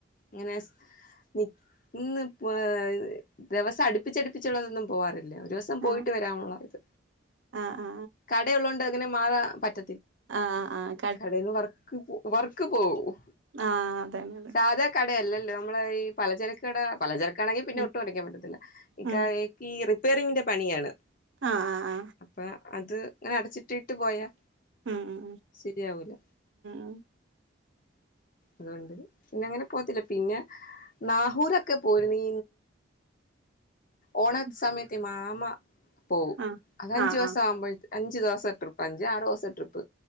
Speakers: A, on the left (about 45°); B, on the right (about 70°).
A: ഇങ്ങനെ നി നിന്ന് ഏഹ് ദിവസം അടുപ്പിച്ചടുപ്പിച്ചുള്ളതൊന്നും പോവാറി ല്ല ഒരൂസം പോയിട്ട്
B: ആ
A: വരാവൊൻള്ള ഇത്
B: ആ ആ
A: കട യുള്ളോണ്ട് അങ്ങനെ മാറാൻ പറ്റ
B: അഹ് ആഹ്
A: കടേന്ന് വർക്ക് പ് വർക്ക് പോവും
B: ആഹ് അതന്നെന്
A: സാധാ കടയല്ലല്ലോ നമ്മളെ ഈപ് പല ചെരക്കട പലചരക്കാണെങ്കി പിന്നെ
B: ഉം
A: ഒട്ടും അനക്കാൻ പറ്റത്തില്ല ഇക്കാണെങ്കി
B: ഉം
A: ഇകീറി പെറിങ്ങിൻ്റെ പണിയാണ്
B: ആ ആ ആ
A: അപ്പ അത് അങ്ങനെ അടച്ചിട്ട്ട്ട് പോയാ
B: ഉം ഉം ഉം
A: ശെരിയാവൂല്ല
B: ഉം
A: അതുകൊണ്ട് പിന്നെ അങ്ങനെ പോത്തില്ല പിന്നെ നാഹൂറൊക്കെ പോരുനീ ഓണസമയത്തെ
B: ഉം
A: മാമ പോവും
B: ആ
A: അതഞ്ചുസവുമ്പോഴ
B: ആ ആ
A: അഞ്ച് ദോസ ട്രിപ്പ് അഞ്ച് ആറ് ദോസ ട്രിപ്പ്.